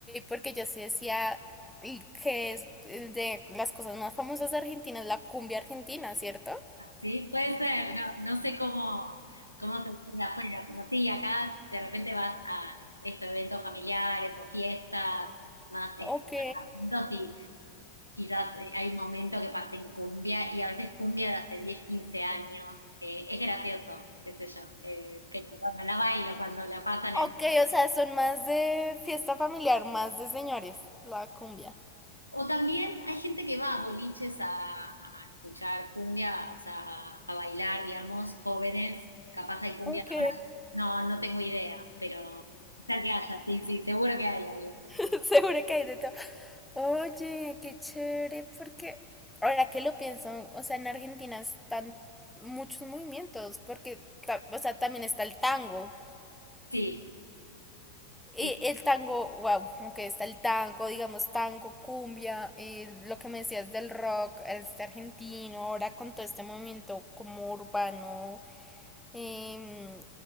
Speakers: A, in the centre; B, on the left (about 90°).
A: porque yo sí decía y que es el de las cosas más famosas de Argentina es la cumbia argentina, ¿cierto?
B: Sí, puede ser, no, no sé cómo, cómo se de afuera, pero sí, acá de repente vas a estos eventos familiares o fiestas, más estos
A: Ok.
B: y quizás eh, hay un momento que pasa en cumbia y a veces cumbia de hace 10 15 años, eh, es gracioso, qué sé yo, eh, pero bueno, la bailo cuando la pasan
A: Ok, o sea, son más de fiesta familiar, más de señores, la cumbia.
B: O también hay gente que va a boliches a, a escuchar cumbia, o sea, a, a bailar, digamos, jóvenes, capaz hay cumbia
A: Ok.
B: ahora. No, no tengo idea, pero tal que haya, sí, sí, seguro que hay algo.
A: <laughs> Seguro que hay de todo. Oye, qué chévere, porque ahora que lo pienso, o sea, en Argentina están muchos movimientos, porque, ta- o sea, también está el tango.
B: Sí,
A: Y
B: sí,
A: el tango, wow, aunque está el tango, digamos, tango, cumbia, eh, lo que me decías del rock, este argentino, ahora con todo este movimiento como urbano em,